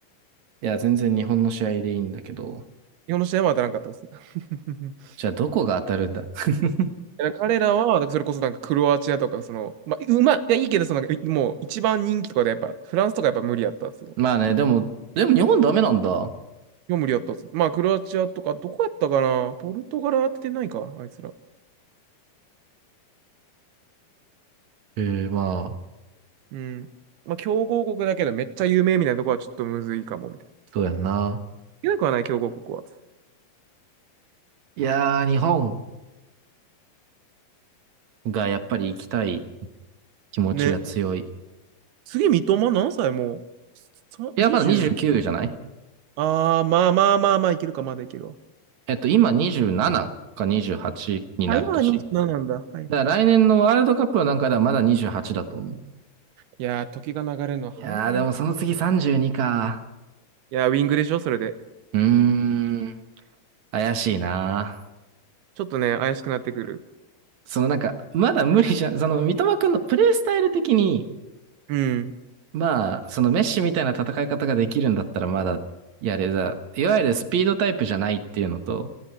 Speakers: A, on the right; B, on the right.
A: いや、全然日本の試合でいいんだけど。
B: 日本の試合も当たらんかったです。<laughs>
A: じゃあ、どこが当たるんだ <laughs>
B: 彼らは、だからそれこそなんかクロアチアとか、その、まあ、うまい、いや、いいけど、その、なんかもう一番人気とかで、やっぱ、フランスとかやっぱ無理やったっすよ。
A: まあね、でも、でも日本ダメなんだ。
B: もう無理やったっす。まあ、クロアチアとか、どこやったかなポルトガル当ててないか、あいつら。
A: えー、まあ、
B: うん。まあ、強豪国だけどめっちゃ有名みたいなとこはちょっとむずいかも、みたいな。
A: そうやんな。
B: いけなくはない、強豪国は。
A: いやー、日本。が、やっぱり行きたい気持ちが強い。
B: ね。次、三笘何歳もうさ ?20?
A: いや、まだ29じゅうきゅうじゃない
B: ああ、まあまあまあまあ、いけるか、まだいけるわ。
A: えっと、今27か28になる年。
B: あ、今は2なななんだ。はいはい。
A: だから来年のワールドカップのかではまだ28だと思う。
B: いやー、時が流れるの早いね。
A: いやー、でもその次32か。
B: いやー、ウィングでしょ、それで。
A: うーん、怪しいな
B: ちょっとね、怪しくなってくる。
A: そのなんか、まだ無理じゃん。その、三笘くんのプレイスタイル的に、
B: うん。
A: まあ、そのメッシみたいな戦い方ができるんだったらまだやれだ。いわゆるスピードタイプじゃないっていうのと、